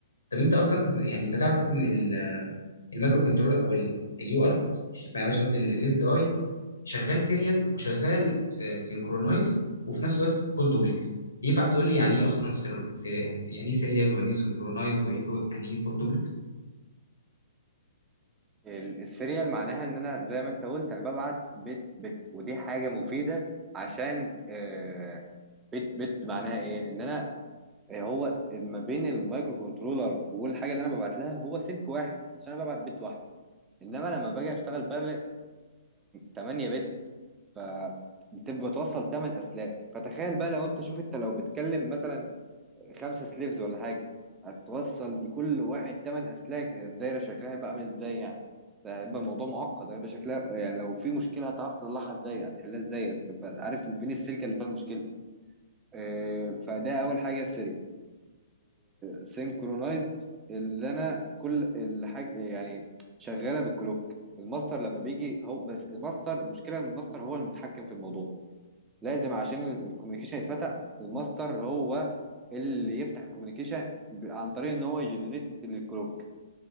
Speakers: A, on the left; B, on the right.
A: طب انت اصلا كنت يعني انت تعرف اصلا ان ال- المايكرو كنترول او اليو ارت معلش قصدي الاس بي اي شغال سيريال وشغال سينكرونايز وفي نفس الوقت فول دوبلكس ينفع تقول لي يعني ايه اصلا سيريال يعني يعني ايه سيريال ويعني ايه سينكرونايز ويعني ايه فول دوبلكس
B: ال- السيريال معناها ان انا زي ما انت قلت انا ببعت بت بت ودي حاجه مفيده عشان إيه بت بت معناها ايه ان انا إيه هو ما بين المايكرو كنترولر والحاجه اللي انا ببعت لها هو سلك واحد عشان انا ببعت بت واحده انما لما باجي اشتغل بارل 8 بت ف بتبقى توصل 8 اسلاك فتخيل بقى لو انت شوف انت لو بتكلم مثلا خمسة سليفز ولا حاجة هتوصل لكل واحد تمن أسلاك الدايرة شكلها هيبقى عامل ازاي يعني ده هيبقى الموضوع معقد هيبقى شكلها يعني لو في مشكلة هتعرف تطلعها ازاي هتحلها ازاي هتبقى عارف فين السلكة اللي فيها المشكلة آه، فده أول حاجة السريع سينكرونايزد اللي أنا كل الحاجة يعني شغالة بالكلوك الماستر لما بيجي هو بس الماستر المشكلة ان الماستر هو المتحكم في الموضوع لازم عشان الكوميونيكيشن يتفتح الماستر هو اللي يفتح الكوميونيكيشن ب- عن طريق ان هو يجنريت الكلوك